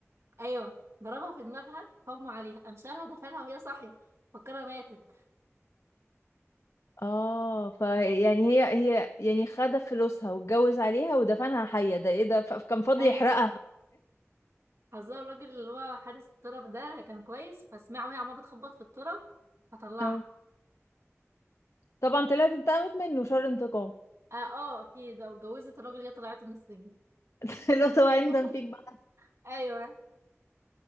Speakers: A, on the right; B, on the left.
A: ايوه ضربها في دماغها فاغمى عليها قام شالها دفنها وهي صاحية فكرها ماتت
B: اه فيعني هي هي يعني خد فلوسها واتجوز عليها ودفنها حية ده ايه ده ف- كان فاضي
A: ايوه
B: يحرقها
A: حذر الراجل اللي هو حارس التراب ده كان كويس فسمعه وهي عمالة بتخبط في التراب
B: <laughs>
A: فطلعها
B: اه طبعا طلعت انتقمت منه شر انتقام
A: اه آه، اكيد لو اتجوزت الراجل ده طلعته من السجن
B: <laughs> لو طبعا يندم
A: <laughs>
B: فيك بقى
A: ايوه